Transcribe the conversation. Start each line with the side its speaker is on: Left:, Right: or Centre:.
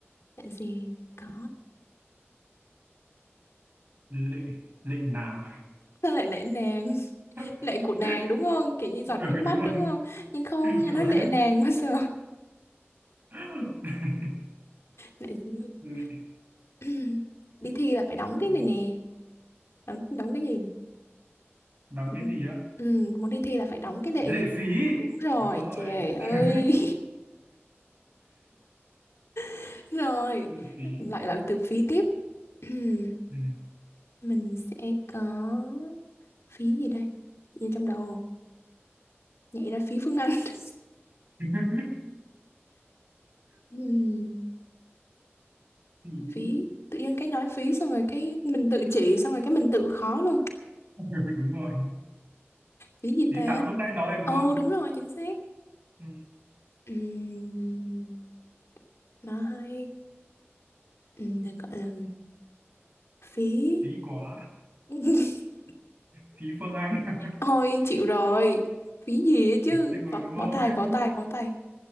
Left: lệ gì có
Right: lệ lệ nàng
Left: sao lại lệ nàng <laughs>
Right: <laughs>
Left: lệ của nàng đúng không kiểu như giọt
Right: ừ,
Left: nước mắt
Right: đúng rồi
Left: đúng không nhưng không nghe
Right: đúng
Left: nói
Right: rồi
Left: lệ nàng bao giờ
Right: <laughs>
Left: lại gì
Right: lệ
Left: <clears throat> đi thi là phải đóng
Right: ừ,
Left: cái này nè đóng, đóng cái gì
Right: đóng
Left: ừ,
Right: cái gì á
Left: Ừ, muốn đi thi là phải đóng cái nệ
Right: lệ
Left: gì
Right: phí
Left: đúng rồi
Right: đúng rồi
Left: trời ơi
Right: <laughs>
Left: <laughs> rồi
Right: lệ phí
Left: lại là từ phí tiếp <clears throat>
Right: ừ.
Left: mình sẽ có phí gì đây như trong đầu nhảy ra phí Phương Anh <laughs>
Right: <laughs>
Left: Ừm,
Right: phí
Left: phí tự nhiên cái nói phí xong rồi cái mình tự chỉ xong rồi cái mình tự khó luôn
Right: Ừ, đúng rồi
Left: phí gì ta
Right: phí phạm lúc nãy nói đúng
Left: ồ
Right: không
Left: đúng rồi chính xác
Right: ừ.
Left: Ừm, nó hay ừ, được gọi là phí
Right: phí quá
Left: <laughs>
Right: Phí Phương Anh <laughs>
Left: thôi chịu rồi phí gì ấy chứ
Right: chịu rồi
Left: bó,
Right: đúng không
Left: bó tay bó tay bó tay